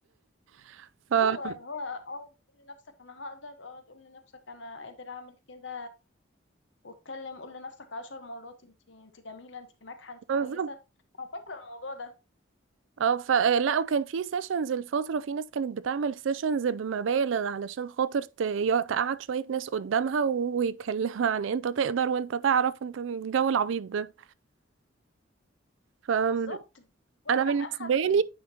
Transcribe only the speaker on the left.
ايوه اللي هو اه تقول لنفسك انا هقدر اه تقول لنفسك انا قادر اعمل كده واتكلم قول لنفسك عشر مرات انت انت جميله انت ناجحه انت
كويسه انا فاكره الموضوع ده
بالظبط هو
كان اخد